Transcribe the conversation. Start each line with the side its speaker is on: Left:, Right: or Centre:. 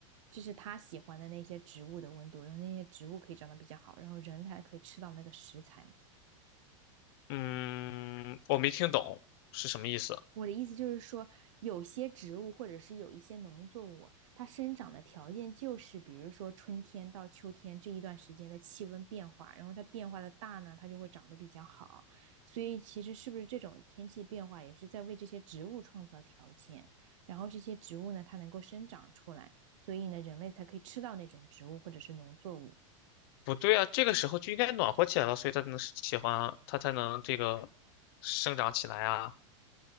Right: 这是它喜欢的那些植物的温度，然后那些植物可以长得比较好，然后人还可以吃到那个食材嘛。
Left: 嗯，我没听懂是什么意思。
Right: 我的意思就是说，有些植物或者是有一些农作物，它生长的条件就是，比如说春天到秋天这一段时间的气温变化，然后它变化的大呢，它就会长得比较好。所以其实是不是这种天气变化也是在为这些植物创造条件，然后这些植物呢，它能够生长出来，所以呢，人类才可以吃到那种植物或者是农作物。
Left: 不对啊，这个时候就应该暖和起来了，所以它才能喜欢啊，它才能这个生长起来啊。